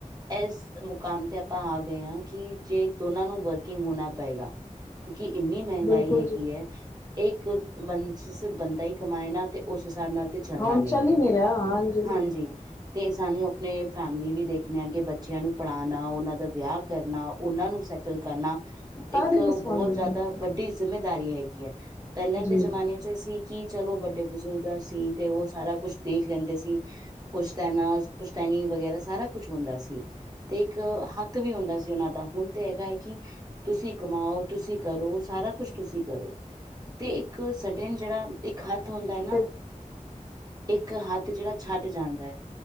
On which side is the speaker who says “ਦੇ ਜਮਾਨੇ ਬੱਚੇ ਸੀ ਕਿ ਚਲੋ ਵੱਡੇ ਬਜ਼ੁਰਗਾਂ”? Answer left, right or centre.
Right